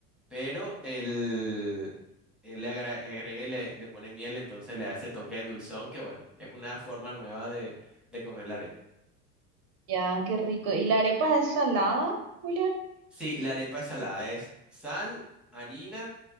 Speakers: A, in the centre; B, on the right (about 35°).
A: Pero él, él le agra- agrega y le, le pone miel, entonces le da ese toque de dulzón que, bueno, es una forma nueva de, de comer la arepa.
B: Ya, qué rico. ¿Y la arepa es salada, William?
A: Sí, la arepa es salada, es sal, harina.